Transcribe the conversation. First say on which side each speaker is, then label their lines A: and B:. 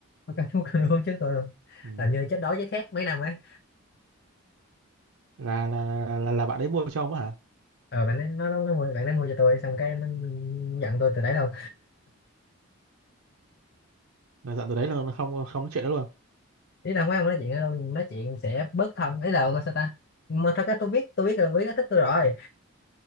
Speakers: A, on the left (about 50°); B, on the right (about 80°).
A: nó cắm nó <laughs> uống trước tôi luôn
B: ừ.
A: làm như chết đói chết khát mấy năm ấy
B: là, là là là là bạn ấy mua cho ông á hả
A: ờ bạn ấy, nó nó nó mua bạn nó mua cho tôi xong cái nó giận tôi từ đấy luôn
B: là dặn từ đấy là không không nói chuyện đó luôn
A: ý là mấy ông nói chuyện đâu nói chuyện sẽ bớt thân ấy là ok, sao ta mà thật ra tôi biết tôi biết là Quý nó thích tôi rồi